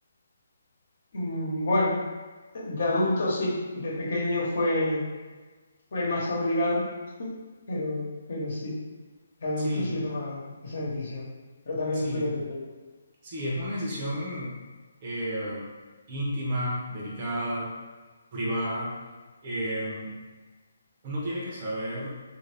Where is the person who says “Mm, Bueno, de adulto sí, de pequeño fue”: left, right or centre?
Left